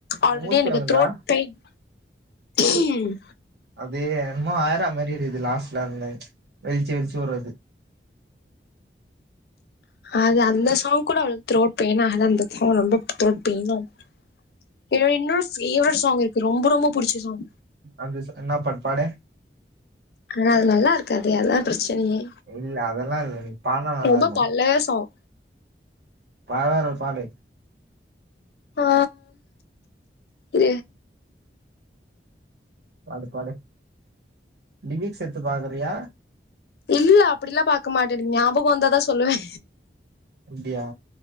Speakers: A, on the left (about 65°); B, on the right (about 70°).
A: ஆல்ரெடி
B: மூச்சு
A: எனக்கு
B: வாங்குதா
A: த்ரோட் பெய்ன் ஹம்
B: அதே என்மோ ஆயிர மாதிரி இருக்குது லாஸ்ட்ல இருந்த வெளிச்சு வெளிச்சு விடுறது
A: அது அந்த சாங் கூட அவளக்கு திரோட் பேனாக தா இருந்தது ரொம்ப த்ரோட் பெய்பீனா இருக்கு என்னோட இன்னொரு ஃபேவரட் சாங் இருக்கு ரொம்ப ரொம்ப புடிச்ச சாங்
B: அந்த சா என்னா பாட் பாடு
A: ஆ அது நல்லா இருக்காது அதான் பிரச்சனையே
B: இல்ல அதெல்லா இல்ல நீ பாடுனா நல்லா
A: ரொம்ப
B: இருக்கு
A: பழ சாங்
B: பரவால்ல பாடு
A: ஆ இ
B: பாடு பாடு லிபிக்ஸ் எடுத்து பாக்குறுயா
A: இல்ல அப்டிலா பாக்க மாட்டேங்க ஞாபக வந்தாதா சொல்லுவே
B: அப்டியா